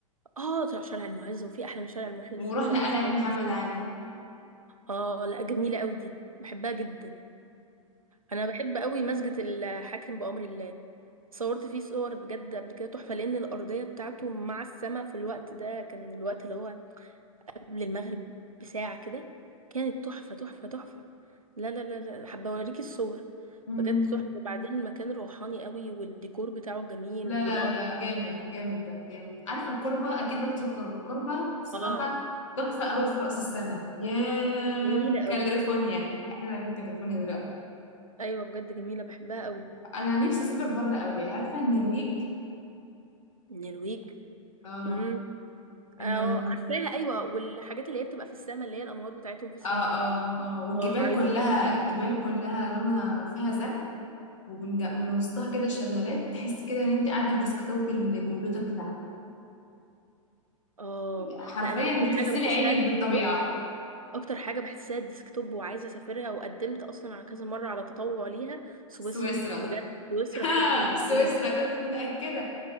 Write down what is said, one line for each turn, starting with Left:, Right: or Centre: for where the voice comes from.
Right: اه طب شارع المعز وفي احلى من شارع المعز
Left: ورحنا
Right: والحسن
Left: قلعة
Right: الحسين
Left: محمد علي
Right: اه لا جميلة قوي دي بحبها جدا انا بحب قوي مسجد الحاكم بأمر الله صورت فيه صور بجد قبل كده تحفة لان الارضية بتاعته مع السماء في الوقت ده كان الوقت اللي هو قبل المغرب بساعة كده كانت تحفة تحفة تحفة لا لا لا لا حابة اوريكي الصور
Left: امم
Right: بجد تحفة وبعدين المكان روحاني قوي والديكور بتاعه جميل
Left: لا
Right: والارض
Left: لا لا جامد جامد ده جامد عارف الكربة أكيد رحت الكربة الكربة بصراحة
Right: اه
Left: تحفة قوي في رأس السنة يا
Right: جميلة قوي
Left: كاليفورنيا احنا رايحين كاليفورنيا دلوقتي
Right: ايوه بجد جميلة بحبها قوي
Left: أنا نفسي أسافر بره قوي عارفة النرويج
Right: النرويج
Left: اه
Right: امم اه
Left: النرويج
Right: عارفاها ايوه والحاجات اللي هي بتبقى في السماء اللي هي الانوار بتاعتهم في السماء
Left: اه اه اه والجبال
Right: اه عايزة
Left: كلها الجبال كلها لونها فيها زرع ومن جا- من وسطها كده شلالات تحس كده ان انت قاعدة في ديسكتوب الكمبيوتر بتاعك
Right: اه
Left: حرفيا
Right: لا انا اكتر
Left: بتغسلي
Right: حاجه بحسها
Left: عينك
Right: الديسكتوب
Left: بالطبيعة
Right: اكتر حاجه بحسها الديسكتوب وعايزه اسافرها وقدمت اصلا على كذا مره على تطوع ليها سويسرا
Left: سويسرا
Right: بجد سويسرا
Left: <laughs>
Right: حته من الجنه
Left: سويسرا كنت متأكدة